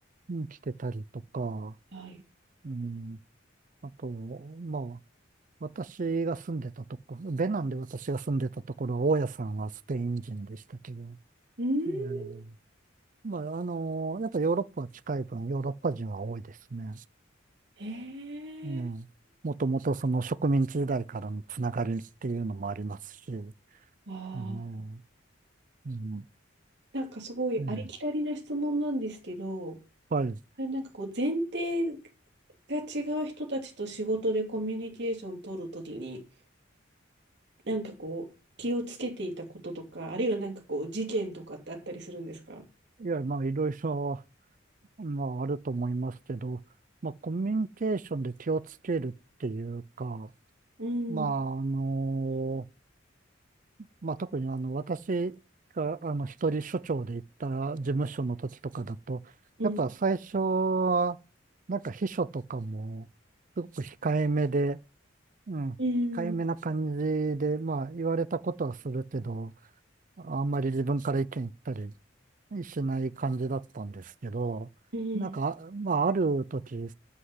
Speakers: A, on the right; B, on the right.
A: うん来てたりとか、
B: あはい。
A: うん、あと、まあ、私が住んでたとこ、ベナンで私が住んでたところは、大家さんはスペイン人でしたけど、
B: うん。
A: うんまあ、あのーやっぱヨーロッパは近い分、ヨーロッパ人は多いですね。
B: へ
A: うん。
B: え。
A: もともとその植民地時代からのつながりっていうのもありますし、
B: ああ、
A: うん、うん、
B: なんかすごいありきたりな質問なんですけど、
A: ええはい。
B: なんかこう、前提が違う人たちと仕事でコミュニケーション取るときに、なんかこう、気をつけていたこととか、あるいはなんかこう、事件とかってあったりするんですか
A: いや、まあ、いろいろ、まあ、あると思いますけど、まあ、コミュニケーションで気をつけるっていうか、
B: うん、
A: まあ、あのまあ、特にあの、私が、あの、一人所長で行った事務所の時とかだと、
B: うん、
A: やっぱ最初は、なんか秘書とかも、すごく控えめで、うん、
B: うん、
A: 控えめな感じで、まあ、言われたことはするけど、あんまり自分から意見言ったりしない感じだったんですけど、
B: うん、
A: なんか、まあ、ある時、